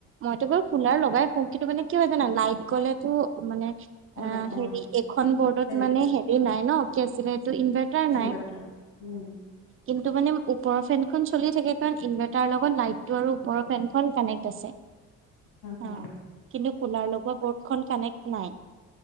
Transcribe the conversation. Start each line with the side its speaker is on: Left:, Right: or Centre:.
Right: মইতো বাৰু কুলাৰ লগাই শুম। কিন্তু মানে কি হয় জানা লাইট গ'লেতো মানে অ
Left: উম উম
Right: হেৰি এখন বৰ্ডত
Left: ইন
Right: মানে হে? হেৰি নাই ন কেটো ইনভাৰটাৰ
Left: ইনভাৰ্টাৰ
Right: নাই
Left: উম
Right: কিন্তু মানে ওপৰৰ ফেনখন চলি থাকে কাৰণ ইনভাৰ্টাৰ লগত লাইট টো আৰু ওপৰ ফেনখন কানেক্ট আছে
Left: হম হম
Right: অ', কুলাৰ লগোৱা বৰ্ড খন কানেক্ট নাই,